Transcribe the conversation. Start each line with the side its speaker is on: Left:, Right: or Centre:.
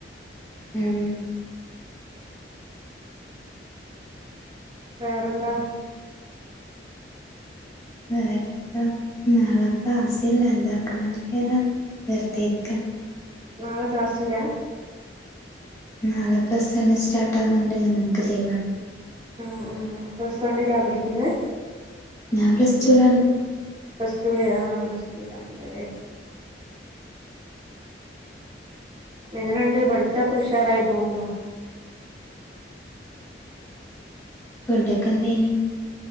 Left: ഉം
Right: വേറെന്താ
Left: വേറെന്ത നാളെ ക്ലാസ്സില്ല എന്താക്കണന്നറിയില്ല വെറുതെരിക്ക
Right: നാളെ ക്ലാസ്സില്ല
Left: നാളെ പ്ലസ് വൺ സ്റ്റാർട്ട് ആവുന്നോണ്ട് ഞങ്ങൾക്ക് ലീവണ്
Right: ആഹ് ആഹ് പ്ലസ് വണ്ണിലാ പഠിക്കുന്നത്
Left: ഞാൻ പ്ലസ് ടൂ ലാണ് ഇപ്പം
Right: പ്ലസ് ടു ല് ആഹ് പ്ലസ് ടു ലാണല്ലോലെ എങ്ങനെണ്ട് പഠിത്തോക്കെ ഉഷാറായി പോവുന്നോ?
Left: ഫുഡൊക്കെ എന്തയിനിം